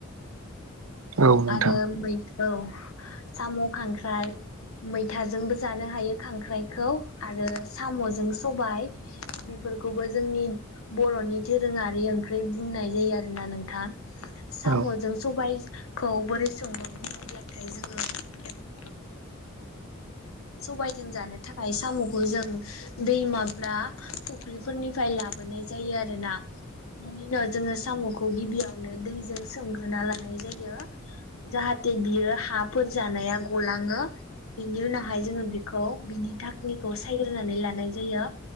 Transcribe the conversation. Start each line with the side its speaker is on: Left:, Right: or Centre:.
Right: औ नोंथां
Left: आरो मै औ साम' खांख्राइ मैथाजोंबो जानो हायो खांख्राइखौ आरो साम'जों सबाय बेफोरखौबो जोंनि बर'नि दोरोङारि ओंख्रि बुंनाय जायो आरोना नोंथां। साम'जों
Right: औ
Left: सबाय खौ बोरै सङोनो बुङोब्लाथाय जोङो सबायजों जानो थाखाय साम'खौ जों दै माब्ला फुख्रिफोरनिफ्राय लाबोनाय जायो आरोना बेनि उनाव जोङो साम'खौ गिबियावनो दैजों सोमग्रोना लानाय जायो जाहाथे बियो हाफोर जानाया गलाङो बेनि उनाव <unintelligible> जोङो बेखौ बिनि था <unintelligible> खौ सायग्रोनानै लानाय जायो